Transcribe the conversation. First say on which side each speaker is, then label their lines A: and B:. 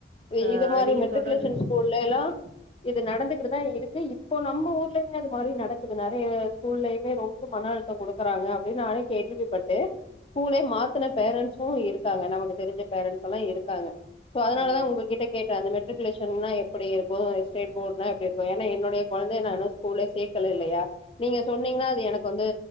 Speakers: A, on the left (about 30°); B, on the right (about 40°).
A: இ
B: ஆ
A: இது மாதிரி
B: நீங்க
A: மெட்ரிக்குலேஷன்
B: சொல்றது
A: ஸ்கூல்ல எல்லா இது நடந்துட் இப்படிதா இருக்கு இப்போ நம்ம ஊர்லயுமே அது மாரி நடக்குது நெறைய ஸ்கூல்லயுமே ரொம்ப மன அழுத்தம் குடுக்கறாங்க அப்படின்னு நானே கேள்விப்பட்டு ஸ்கூலே மாத்துன பேரன்ஸும் இருக்காங்க நமக்கு தெரிஞ்ச பேரண்ட்ஸ் எல்லா இருக்காங்க சோ அதனாலான்
B: ம்
A: உங்க கிட்ட கேட்ட அந்த மெட்ரிக்குலேஷன்னா எப்புடி இருக்கு ஸ்டேட் போர்ட்னா எப்டி இருக்கு ஏன்னா என்னுடையக் கொழந்தைய நா இன்னு ஸ்கூலே சேக்கல இல்லையா நீங்க சொன்னீங்கன்னா அது எனக்கு வந்து